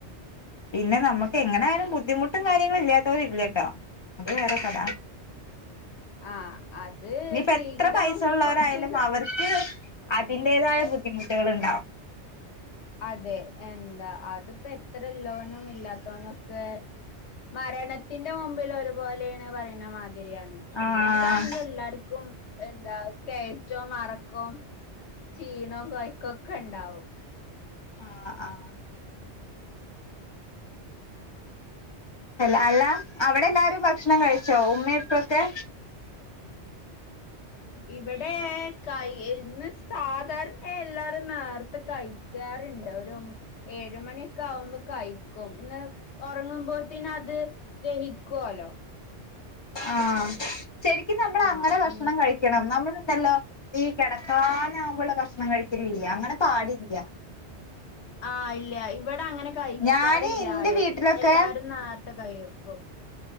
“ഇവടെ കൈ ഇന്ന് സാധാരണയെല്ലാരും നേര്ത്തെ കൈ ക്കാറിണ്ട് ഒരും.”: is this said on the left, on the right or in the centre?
Left